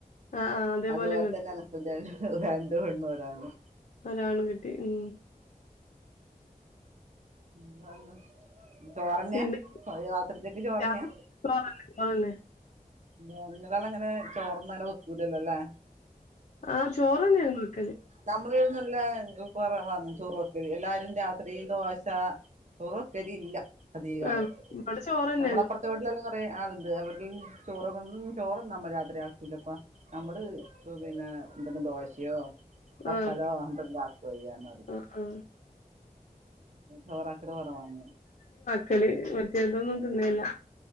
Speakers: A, on the left; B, on the right.
A: ആഹ് ആഹ് അതേപോലെ
B: അത്പോലത്തന്നനക്കും
A: ഇങ്ങ
B: രണ്ട് പെണ്ണുഒരാണു
A: അതാണ് കിട്ടി ഉം
B: എന്തന്ന് ചോറന്നാ
A: പിന്നെ
B: രാത്രിത്തേക്ക് ചോറന്നാ
A: രാത്രി ചോറന്നെ ചോറന്നെ
B: ങ്ങടാടങ്ങനെ അങ്ങനെ ചോർന്ന അങ്ങനെ വെക്കൂലല്ലോ അല്ലേ
A: ആ ചോറ്ന്നെയങ്ങ
B: നമ്മള ഇടന്നല്ല കുറ വന്ന ചോറ വെക്ക എല്ലാരും രാത്രി ദോശ സോറോക്കരി ഇല്ല അധീകളം
A: ആ ഇവിടെ ചോറന്നെ
B: നമ്മള
A: ഞങ്ങള്
B: അപ്പുറത്തെ വീട്ടിലല്ലാം അ അതുണ്ട് അവരി ചോറൊന്നും ചോറ് നമ്മൾ രാത്രി ആക്കല അപ്പ നമ്മള് ചോ എന്തെങ്കിലും ദോശയോ പത്തലോ
A: ആ
B: എന്തെങ്കിലും ആക്കുവായ്യാന്നറയു
A: ആ ആ
B: ചോറാക്കല് കൊറവാങ്ങന
A: കളി മറ്റേതൊന്നും തിന്നിയില്ല